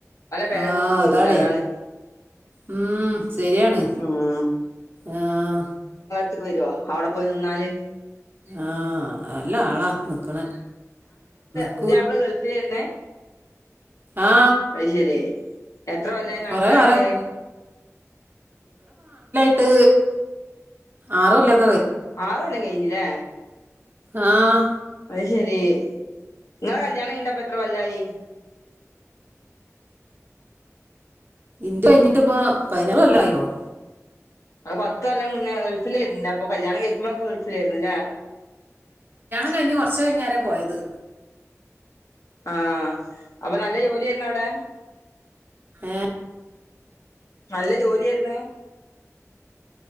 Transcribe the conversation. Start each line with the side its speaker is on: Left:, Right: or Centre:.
Left: പെര
Right: ആ
Left: വിട്ട് പോരൂല
Right: അതാടേ
Left: അതാണ്
Right: ഉം ശരിയാണ്
Left: ഉം
Right: ആഹ
Left: വരുവോ അവിടെ പോയി നിന്നാല്
Right: ആഹ നല്ല ആളാ നിക്കണ ഉ
Left: പുതിയാപ്ല ഗൾഫിലായിരുന്നെ
Right: ആ
Left: അത്‌ ശെരി എത്ര കൊല്ലായി നാട്ടിൽ
Right: കൊറേ
Left: ആയിട്ട്
Right: കാലം ട്ട് ആറു കൊല്ലം
Left: ആർ കൊല്ലം കയിഞ്ഞുലെ
Right: ആഹ
Left: അ ത് ശെരി നിങ്ങളെ കല്യാണം കഴിഞ്ഞിട്ടു പ്പോ എത്രകൊല്ലായി <inaudible>
Right: ന്റെ കൈഞട്ട് പ്പോ പതിനാറു കൊല്ലയീണ്ടാവും
Left: അപ്പ പത് കൊല്ലംമുന്നേ ഗൾഫിലായിരുന്നുലെ അപ്പൊ കല്യാണം കഴിക്കുമ്പൊക്കെ ഗൾഫില ആയിുന്നല്ലേ
Right: കഴിഞ്ഞു കുറച്ചു കയിഞ്ഞേരെ പോയത്
Left: ആഹ അപ്പൊ നല്ല ജോലി ആർന്നു അവിടെ
Right: ം
Left: നല്ല ജോലിയായിരുന്നു